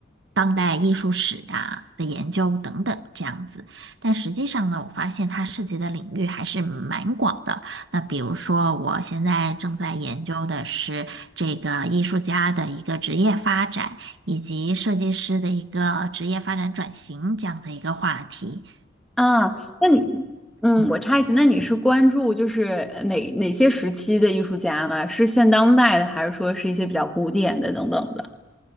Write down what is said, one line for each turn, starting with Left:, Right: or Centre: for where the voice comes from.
Right: 当代艺术史啊的研究等等这样子。但实际上呢，我发现它涉及的领域还是蛮广的。那比如说，我现在正在研究的是这个艺术家的一个职业发展。以及设计师的一个职业发展转型这样的一个话题。
Centre: 啊，那你，嗯，
Right: 嗯，
Centre: 我插一句，那你是关注就是呃哪哪些时期的艺术家呢？是现当代的，还是说是一些比较古典的等等的？